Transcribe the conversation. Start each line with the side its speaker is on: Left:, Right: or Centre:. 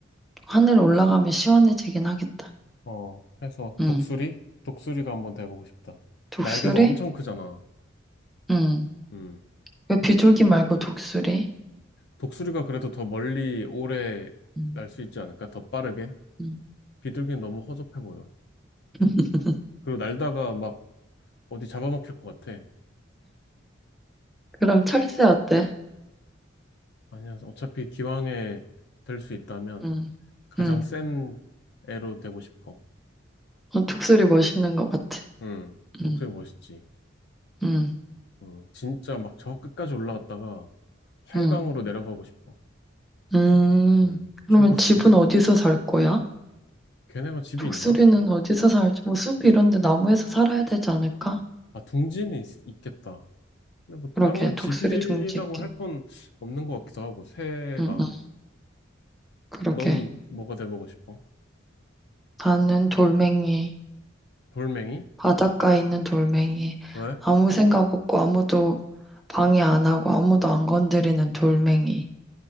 Centre: 하늘 올라가면 시원해지긴 하겠다.
Left: 어, 해서
Centre: 응,
Left: 독수리? 독수리가 한번 돼보고 싶다.
Centre: 독수리?
Left: 날개도 엄청 크잖아.
Centre: 응
Left: 음,
Centre: 왜 비둘기 말고 독수리?
Left: 독수리가 그래도 더 멀리 오래
Centre: 응,
Left: 날 수 있지 않을까? 더 빠르게?
Centre: 응
Left: 비둘기는 너무 허접해 보여.
Centre: <laughs>
Left: 그리고 날다가 막 어디 잡아먹힐 것 같아.
Centre: 그럼 철새 어때?
Left: 아니야, 어차피 기왕에 될 수 있다면
Centre: 응
Left: 가장
Centre: 음.
Left: 센 애로 되고 싶어.
Centre: 어, 독수리 멋있는 것 같아.
Left: 응,
Centre: 음,
Left: 독수리 멋있지.
Centre: 음,
Left: 응, 진짜 막 저 끝까지 올라갔다가 활강으로
Centre: 음,
Left: 내려가고 싶어.
Centre: 음.
Left: 응,
Centre: 그러면
Left: 최고 스피드로.
Centre: 집은 어디서 살 거야?
Left: 걔네가 집이
Centre: 독수리는
Left: 있나?
Centre: 어디서 살지? 뭐 숲 이런 데 나무에서 살아야 되지 않을까?
Left: 아, 둥지는 있, 겠다 근데 뭐
Centre: 그러게,
Left: 따로 집이라고
Centre: 독수리 둥지 있겠네.
Left: 할 건 없는 것 같기도 하고, 새가.
Centre: 응, 응, 그러게.
Left: 너는 뭐가 돼보고 싶어?
Centre: 나는 돌멩이,
Left: 돌멩이?
Centre: 바닷가에 있는 돌멩이.
Left: 왜?
Centre: 아무 생각 없고 아무도 방해 안 하고 아무도 안 건드리는 돌멩이.